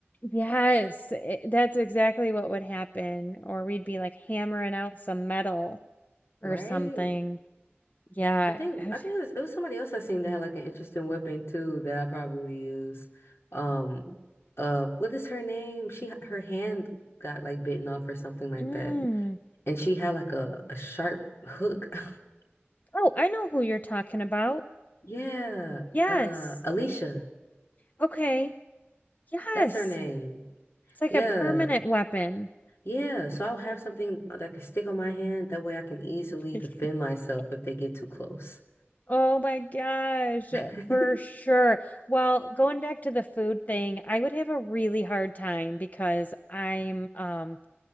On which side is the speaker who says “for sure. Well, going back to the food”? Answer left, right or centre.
Left